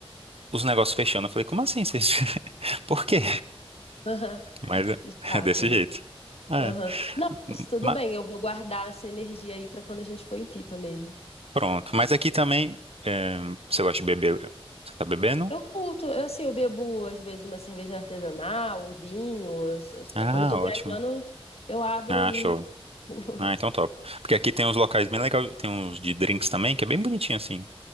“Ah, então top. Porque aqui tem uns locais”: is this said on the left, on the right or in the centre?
Right